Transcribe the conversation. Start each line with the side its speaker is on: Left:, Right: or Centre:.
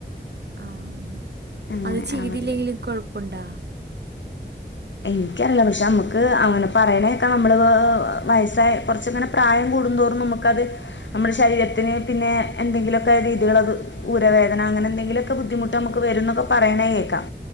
Right: ആഹ്
Left: അങ്ങനെ
Right: അത് ചെയ്തില്ലെങ്കിലും
Left: അവർ
Right: കൊഴപ്പുണ്ടോ?
Left: എനിക്കറില്ല, പക്ഷെ നമുക്ക് അങ്ങനെ പറയണേ കേൾക്കാം നമ്മള് വയസ്സായ കൊറെച്ചെങ്ങനെ. പ്രായം കൂടും തോറും നമുക്കത് നമ്മടെ ശരീരത്തിന് പിന്നെ എന്തെങ്കിലുമൊക്കെ രീതികൾ അത്. ഊരവേദന അങ്ങനെ എന്തെങ്കിലൊക്കെ ബുദ്ധിമുട്ട് നമുക്ക് വരുനൊക്കെ പറയണ കേക്കാം.